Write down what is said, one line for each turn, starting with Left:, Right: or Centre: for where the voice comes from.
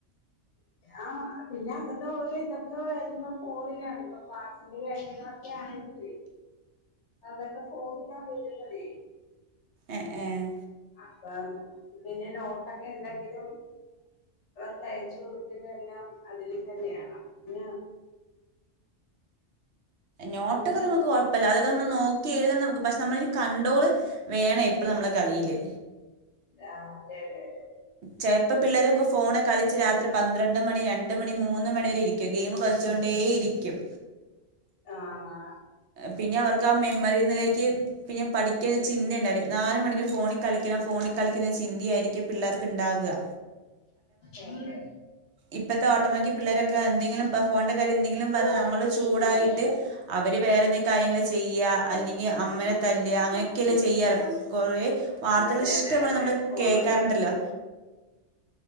Left: ആ പിന്നെ അങ്ങത്തെ ഓരോ ഇതൊക്കെ വര്ന്ന ഫോണിലാണ്. ഇപ്പൊ ക്ളാ എന്ത്‌ കാര്യങ്ങളൊക്കെയാണെങ്കിലേ അതെന്റെ ഫോണിലാ വരുന്നതേ.
Right: എഹ് ഏഹ്.
Left: അപ്പം പിന്നെ നോട്ടൊക്കെണ്ടെങ്കിലും അവർക്കയച്ച് കൊട്ക്ക്ണ എല്ലാം അതിൽ തന്നെയാണ് പിന്ന
Right: നോട്ടക്കെ
Left: ഇങ്ങനെ
Right: നമ്മക്ക് കൊഴപ്പല്ല. അതൊക്കെ ന്ന് നോക്കി എഴ്തണം. പശ് നമ്മളൊരു കണ്ടോള് വേണം എപ്പളും നമ്മളെ കയ്യില്.
Left: ആഹ് അതെ. അതെ അതെ
Right: ചെലപ്പോ പിള്ളേരക്കെ ഫോണ് കളിച്ച് രാത്രി പന്ത്രണ്ട് മണി, രണ്ട് മണി, മൂന്ന് മണി വരെ ഇരിക്കും ഗെയിം കൾച്ചോണ്ടേ ഇരിക്കും.
Left: ആഹ്
Right: പിന്നെ അവർക്കാ മെമ്മറി എന്നിലേക്ക് പിന്നെ പഠിക്കാൻ ഇത്തിരി ചിന്തണ്ടാവില്ല നാല് മണിക്ക് ഫോണിൽ കളിക്കണം ഫോണിൽ കളിക്കുന്ന ചിന്തയായിരിക്കും പിള്ളേർക്ക്ണ്ടാവ്വാ
Left: അതേ
Right: ഇപ്പത്തെ ഓട്ടമാക്കി പിള്ളേരൊക്കെ എന്തെങ്കിലും ഫോണന്റെ കാര്യ എന്തെങ്കിലും പറഞ്ഞ് നമ്മള് ചൂടായിട്ട് അ അവര് വേറെ എന്തെങ്കിലും കാരിയങ്ങള് ചെയ്യാ അല്ലെങ്കി അമ്മനെ തല്ലാ അങ്ങനെയക്കെല്ലേ ചെയ്യാ കൊറേ വാർത്തകള്
Left: അതെ
Right: ഇഷ്ടംപോലെ
Left: അതെ അതെ
Right: നമ്മള്
Left: ഫോണ്
Right: കേൾക്കാറുണ്ടല്ലോ